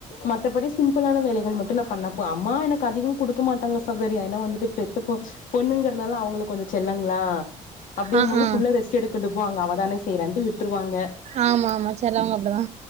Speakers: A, on the left; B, on the right.
A: மத்தப்படி சின் சிம்பிளான வேலைகள் மட்டும் நா பண்ணா போது அம்மா எனக்கு அதிகம் கூடுக்க மாட்டாங்க சகோதரி ஏனா வந்துட்டு பெத்து போ பொண்ணுங்க இதுநாளா அவுங்களுக்கு கொஞ்சோ செல்லங்ளா அப்புடிங்போது
B: ஆ ஆ
A: புள்ள ரெஸ்ட் எடுக்கட்டு அங்க அவதானே செய்றான்டு விட்டுருவாங்க இல்ல
B: ஆமா ஆமா செலவங்க அப்டிதா